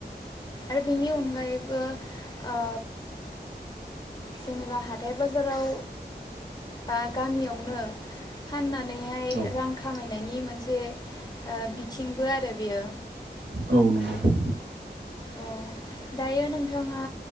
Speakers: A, on the left (about 25°); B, on the right (about 80°).
A: आरो बेनि अनगायैबो ओ जेनेबा हाथाय बाजाराव बा गामियावनो फाननानैहाय
B: औ
A: रां खामायनायनि मोनसे बिथिंबो ओ आरो बेयो।
B: औ नंगौ
A: अ दायो नोंथाङा